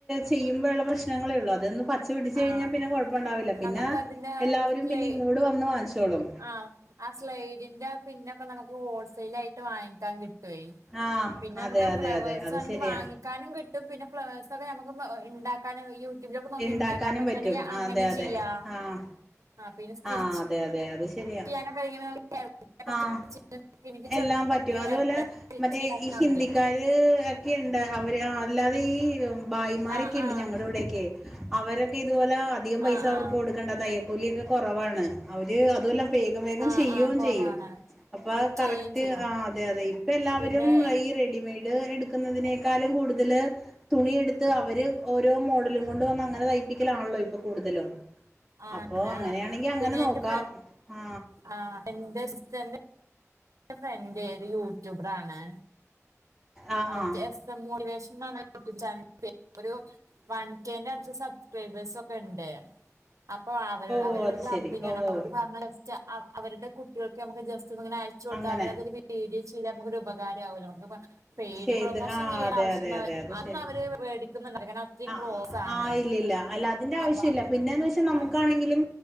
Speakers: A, in the centre; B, on the right.
A: ചെയ്യുമ്പോഴുള്ള പ്രശ്നങ്ങളെ ഉള്ളൂ അതൊന്ന്. പച്ച പിടിച് കഴിഞ്ഞാൽ
B: ആഹ്
A: പിന്നെ കൊഴപ്പംണ്ടാവില്ല പിന്നെ
B: നമുക്കതിന്റെ
A: എല്ലാവരും
B: സ്ലൈ
A: പിന്നെ ഇങ്ങോട് വന്ന് വാങ്ങിച്ചോളും.
B: ആഹ് ആഹ സ്ലൈഡിന്റെ പിന്നൊക്കെ നമുക്ക് ഹോൾസെൽ ആയിട്ട് വാങ്ങിക്കാൻ കിട്ടുവേ.
A: ആഹ്
B: പിന്നെ
A: അതെ
B: നമുക്ക് ആഹ
A: അതെ
B: ഫ്ലവേഴ്സ്
A: അതെ അത്
B: ആണെങ്കിൽ
A: ശരിയാ
B: വാങ്ങിക്കാനും കിട്ടും പിന്നെ ഫ്ലവേഴ്സ്ക്കെ നമുക്ക് ഇണ്ടാക. കാരണം യൂട്യൂബിലൊക്കെ നോക്കി
A: ഇണ്ടാക്കാനും
B: ഉണ്ടാക്കാൻ പറ്റണെങ്കിൽ
A: പറ്റും
B: അങ്ങനെ
A: അതെ അതെ
B: ചെയ്യാം
A: ആഹ്
B: ആഹ് പിന്നെ സ്റ്റിച്ച്.
A: ആഹ് അതെ അതെ അത് ശരിയാ
B: ചെയ്യാനൊക്കെ ഇങ്ങനെ ഹെയർ ബാൻഡൊക്കെ
A: ആഹ്
B: സ്റ്റിച്ച് ചെയ്തിട്ട് എനിക്ക്
A: എല്ലാം
B: ചെറുതായിട്ട്
A: പറ്റും
B: ഇങ്ങനെ
A: അതുപോലെ.
B: ഹെയർ ബാൻഡ് സ്റ്റിച്ച്
A: മറ്റേ
B: ചെയ്യാൻ
A: ഈ ഹിന്ദിക്കാര്
B: അറിയാം.
A: ഒക്കെണ്ട് അവര് അല്ലാതെ ഈ ഭായിമാരെ.
B: ആ
A: ഒക്കണ്ട്ഞങടെ
B: ആ
A: ഇവിടേക്ക. അവരൊക്കെ ഇതുപോലെ അധികം പൈസ
B: ആ
A: അവർക്ക്
B: ആ
A: കൊടുക്കേണ്ട തയക്കൂലിഒക്കെ കുറവാണ്. അവര് അതുമല്ല വേഗം വേഗം
B: ആ
A: ചെയും
B: ആ കുറവാണ്
A: ചെയ്യും. അപ്പൊ കറക്റ്റ്
B: ചെയ്യും ചെയ്യും
A: ആ അതെ അതെ ഇപ്പ എല്ലാവരും
B: പിന്നെ
A: ഈ റെഡിമെയഡ് എടു. ക്കുന്നതിനേക്കാളും കൂടുതല്. തുണിയെടുത്ത് അവര് ഓരോ മോഡലും കൊണ്ട് വന്ന് അങ്ങനെ തൈപ്പിക്കലാണല്ലോ ഇപ്പൊ കൂടുതലും.
B: ആ
A: അപ്പൊ
B: ആ
A: അങ്ങനെയാണെങ്കി അങ്ങനെ
B: പിന്നെ
A: നോക്കാം
B: എന്റെ
A: ആ
B: ആ എന്റെ സിസ്റ്ററിന്റെ. എന്റെ ഫ്രണ്ട് ഒര് യൂട്യൂബർ ആണ്.
A: ആ
B: അവർക്ക്
A: ആ
B: എസ് എം മോട്ടിവേഷൻ തന്നിട്ട് ഒരു. <unintelligible> വൺ കെന്റെ അടുത്ത് സബ്സ്ക്രൈബേഴ്സ് ഒക്കെ ഉണ്ട്. അപ്പൊ അവര്
A: ഓ
B: അവര് വലിയ
A: അത് ശെരി
B: അമ്പിനയാണ്
A: ഓ
B: അപ്പൊ
A: ഓ
B: അവര് പറഞ്ഞത് സ്റ്റാ അവരുടെ കുട്ടികൾക്ക് നമുക്ക് ജസ്റ്റ് ഇങ്ങനെ അയച്ചു കൊടുത്താ
A: അങ്ങനെ
B: അവരതണ്. വീഡിയോ ചെയ്താ നമുക്കൊരു ഉപകാരാവല്ലോ നമുക്ക് പെയ്ഡ്
A: ചെയ്ത്
B: പ്രൊമോഷൻ
A: ആ
B: ചെയ്യാൻ
A: അതെ
B: ആവശ്യം
A: അതെ അതെ അത്
B: അനവര്.
A: ശരി
B: മേടിക്കുന്നുണ്ട് കാരണം. അത്രയും
A: ആ
B: ക്ലോസ് ആണ്
A: ആഹ് ഇല്ലല്ല അല്ല അതിന്റെ ആവശ്യം
B: അപ്പൊ
A: ഇില്ല പിന്നെന്ന് വെച്ചാ നമുക്കാണെങ്കിലും.
B: ആ